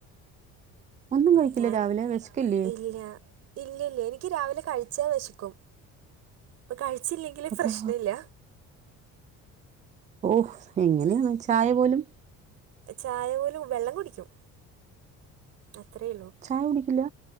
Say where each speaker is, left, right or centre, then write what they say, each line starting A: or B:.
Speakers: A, on the right; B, on the right.
A: ഒന്നും കഴിക്കില്ല
B: ഞാൻ
A: രാവിലെ വിശക്കില്ലേ
B: ഇല്ല ഇല്ലില്ല എനിക്ക് രാവിലെ കഴിച്ച വെശക്കും ഇപ്പ കഴിച്ചില്ലെങ്കിലു
A: അതാ
B: പ്രശ്ന ഇല്ല
A: ഓഹ് എങ്ങനേണ് ചായ പോലും
B: ചായ പോലും വെള്ളം കുടിക്കും അത്രെ ഉള്ളൂ
A: ചായ കുടിക്കില്ല